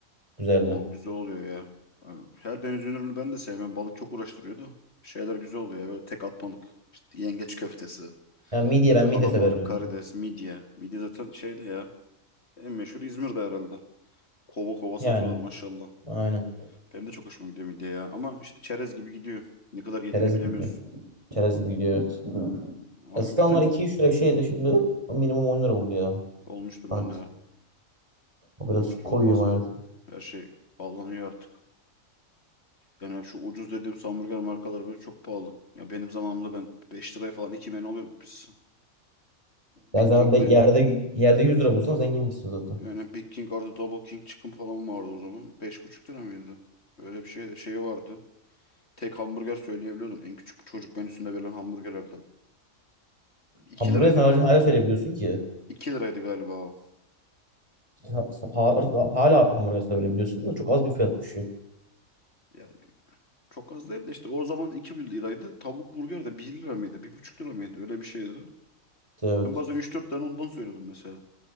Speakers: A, on the right (about 20°); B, on the left (about 50°).
A: Güzeldi.
B: O güzel oluyor ya. Yani Her deniz ürünü ben de sevmem. Balık çok uğraştırıyor da. Şeyler güzel oluyor ya. Böyle tek atmalık. İşte yengeç köftesi,
A: Ya midye ben
B: kalamar,
A: midye severim
B: karides,
A: mesela.
B: midye. Midye zaten şeydi ya. En meşhur İzmir'de herhalde. Kova kova satıyorlar
A: Yani.
B: maşallah.
A: Aynen.
B: Benim de çok hoşuma gidiyor midye ya. Ama işte çerez gibi gidiyor. Ne kadar yediğini
A: Çerez
B: bilemiyorsun.
A: gibi gidiyor. Çerez gibi gidiyor evet.
B: Ama
A: Eskiden
B: güzel
A: onlar iki üç lira bir şeydi. Şimdi minimum 10 lira oldu ya.
B: olmuştur
A: Tanesi.
B: on lira.
A: O
B: Olmuştur
A: biraz koyuyor
B: olmaz mı? Her şey pahalanıyor artık. Yani şu ucuz dediğim hamburger markaları böyle çok pahalı. Ya benim zamanımda ben 5 liraya falan iki menü alıyorduk biz.
A: Yani
B: Big
A: sen
B: King'le
A: be- yerde yerde 100 lira bulsan zenginmişsin zaten.
B: yani Big King artı Double King çıkın falan vardı o zaman. beş buçuk lira mıydı? Öyle bir şeydi. Şeyi vardı. Tek hamburger söyleyebiliyordun. En küçük çocuk menüsünde verilen hamburgerlerden. 2
A: Hamburger
B: liraydı
A: sadece
B: galiba.
A: hala söyleyebiliyorsun ki.
B: 2 liraydı galiba o.
A: Ha- ha- Hala hamburger söyleyebiliyorsun da çok az bir fiyat düşüyor.
B: Ya Çok az değil de işte o zaman 2 liraydı. Tavuk burger de bir lira mıydı? bir buçuk lira mıydı? Öyle bir şeydi.
A: İşte Evet.
B: Ben bazen üç dört tane ondan söylüyordum mesela.